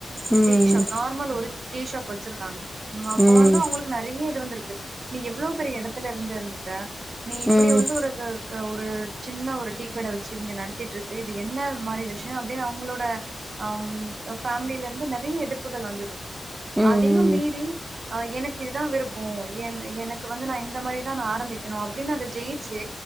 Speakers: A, on the right; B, on the right.
A: ம்
B: டீ ஷாப் நார்மல் ஒரு டீ ஷாப் வச்சிருக்காங்க அப்ப
A: ம்
B: வந்து அவுங்ளுக் நறைய இது வந்திருக்கு நீ எவ்ளோ பெரிய இடத்துல இருந்துந்திருக்க நீ இப்டி
A: ம் ம்
B: வந்து ஒரு ஒரு சின்ன ஒரு டீக்கட வச்சு இங்க நடத்திட்ருக்கு இது என்ன மாரி விஷ்யோ அப்டின்னு அவுங்ளோட ம் ஃபேமிலில இருந்து நறைய எதிர்ப்புகள் வந்தது
A: ம்
B: அதையு மீறி ஆ எனக்கு இதுதா விருப்போ என் எனக்கு வந்து நா இந்த மாரிதா நா ஆரம்பிக்கணு அப்டின்னு அத ஜெயிச்சு